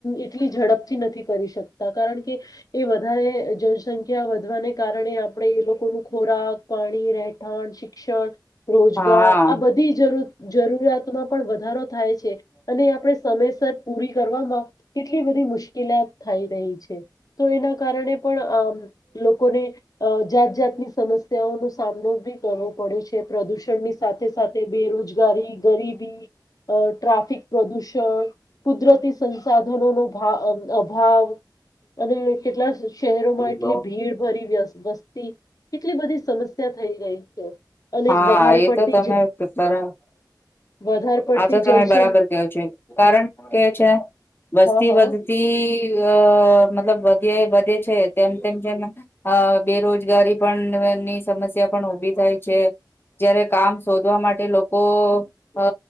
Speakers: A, on the left; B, on the left.
A: એટલી ઝડપથી નથી કરી શકતા કારણ કે એ વધારે જનસંખ્યા ખ્યા વધવાને કારણે આપડે એ લોકોનું ખોરાક, પાણી, રહેઠાણ, શિક શિક્ષણ, રોજગાર
B: હા
A: આ બધી જરૂ જરૂરિયાતોમાં પણ વધારો થાય છે. અને આપડે સમયસર પૂરી કરવામાં કે એટલી બધી મુશ્કેલાત થઈ રહી છે. તો એના કારણે પણ અમ લોકોને અ જાત જાતની સમસ્યાઓનો સામનો બી કરવો પડે છે. પ્રદૂષણની સાથે-સાથે બેરોજગારી, ગરીબી અ ટ્રાફિક પ્રદૂષણ કુદરતી સંસાધનોનો ભાવ અભાવ અને કેટલા શહેરોમાં એટલી
B: <unintelligible>
A: ભીડ ભરી વ્યસ વસ્તી કેટલી બધી સમસ્યા થઈ ગઈ છે અને
B: હા
A: જ વધારે
B: એ
A: પડતી
B: તો તમે
A: જ
B: પેપર
A: વધારે પડતી
B: આતો તમે
A: જનસંખ
B: બરાબર <inaudible> છે કારણ કે છે વસ્તી
A: હા હા
B: વધતી અ મતલબ વધે વધે છે તેમ તેમ જેમ અ બેરોજગારી પણ ની સમસ્યા પણ ઉભી થાય છે. જયારે કામ શોધવા માટે લોકો અ